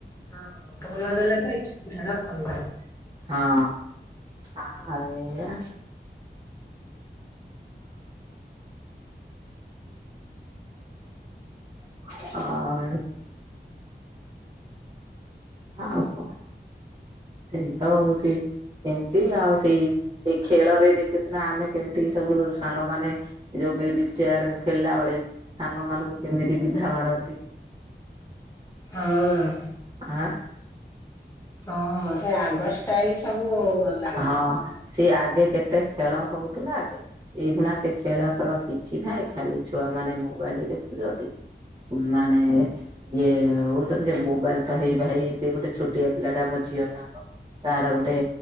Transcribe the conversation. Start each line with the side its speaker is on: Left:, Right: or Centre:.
Left: ହଁ ପୁର ଦେଲେ ତ ଇଟିଲି ପିଠାଟା ଭଲ ଲାଗେ।
Right: ହଁ ଆଉ ଏଇୟା। <unintelligible> ଆଉ କଣ ସେଇ ତ ହୋଉଚି। ଏମିତି ଆଉ ସେଇ ସେଇ ଖେଳରେ ଦେଖୁ ସିନା ଆମେ କେମିତି ସବୁ ସାଙ୍ଗମାନୋ ଯୋଉ ମ୍ୟୁଜିକ୍ ଚେୟାର ଖେଳିଲା ବୋଳେ ସାଙ୍ଗ ମାନଙ୍କୁ କେମିତି ବିନ୍ଧା ମଡନ୍ତି।
Left: ହଁ।
Right: ଆଁ
Left: ହଁ ସେଇ ଆଗ ଷ୍ଟାଇଲ ସବୁ ଗଲାଣି।
Right: ହଁ ସିଏ ଆଗେ କେତେ ଖେଳ ହୋଉଥୁଲା ଆଗେ ଏଇଖୁଣା ସେ ଖେଳ ଫେଳ କିଛି ନାହିଁ ଖାଲି ଛୁଆ ମାନେ ମୋବାଇଲି ଦେଖୁଚନ୍ତି। ଉଁ ମାନେ ଇଏ ହୋଉ ତତେ ସେ ମୋବାଇଲ ତ ହେଇ ଭାଇ ଏ ଗୋଟେ ଛୋଟିଆ ପିଲାଟା ଆମ ଝିଅ ସାଙ୍ଗ ତାର ଗୋଟେ